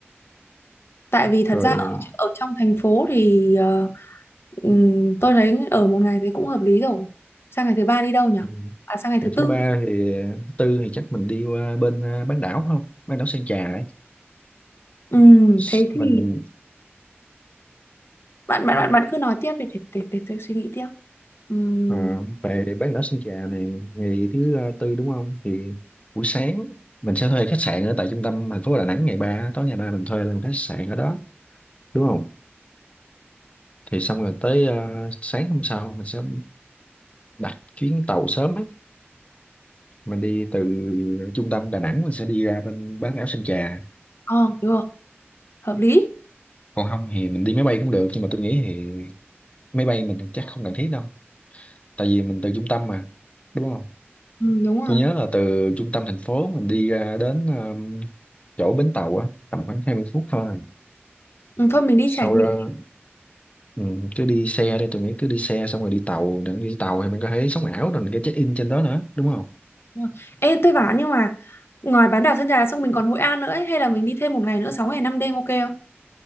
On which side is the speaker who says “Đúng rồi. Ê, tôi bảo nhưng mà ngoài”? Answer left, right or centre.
Left